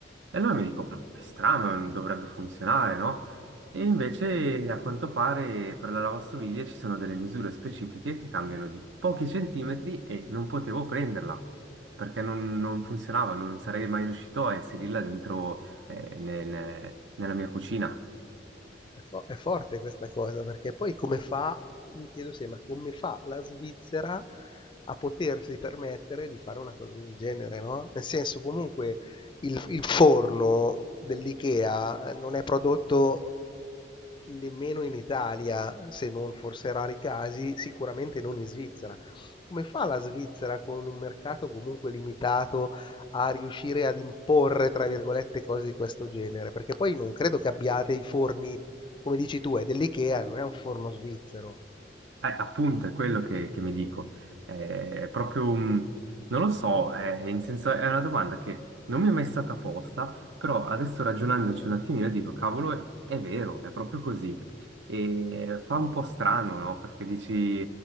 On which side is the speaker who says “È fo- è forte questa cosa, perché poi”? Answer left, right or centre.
Left